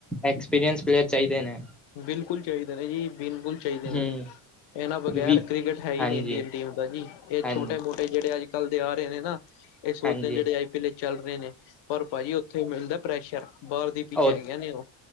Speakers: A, in the centre; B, on the left.
A: ਐਕਸਪੀਰੀਅੰਸ ਪਲੇਅਰ ਚਾਹੀਦੇ ਨੇ।
B: ਬਿਲਕੁਲ ਚਾਈਦੇ ਨਾ ਜੀ, ਬਿਲਕੁਲ ਚਾਈਦੇ ਨੇ।
A: ਹੂੰ
B: ਏਨਾਂ ਬਗੈਰ
A: ਵੀ
B: ਕ੍ਰਿਕਟ ਹੈ ਹੀ
A: ਹਾਂਜੀ
B: ਨੀ ਇੰਡੀਅਨ ਟੀਮ ਦਾ ਜੀ ਏ
A: ਹਾਂਜੀ
B: ਛੋਟੇ ਮੋਟੇ ਜੇੜੇ ਅੱਜ ਕੱਲ ਦੇ ਆ ਰਹੇ ਨੇ ਨਾ, ਏ ਸੋਚਦੇ
A: ਹਾਂਜੀ
B: ਨੇ ਜੇੜੇ ਆਈ ਪੀ ਲੇ ਚੱਲ ਰਏ ਨੇ। ਪਰ ਭਾਜੀ ਓਥੇ ਮਿਲਦਾ ਪ੍ਰੈਸ਼ਰ, ਬਾਲ ਦੀ ਪਿੱਚ
A: ਔ,
B: ਹੈਗੀਆਂ ਨੇ ਉਹ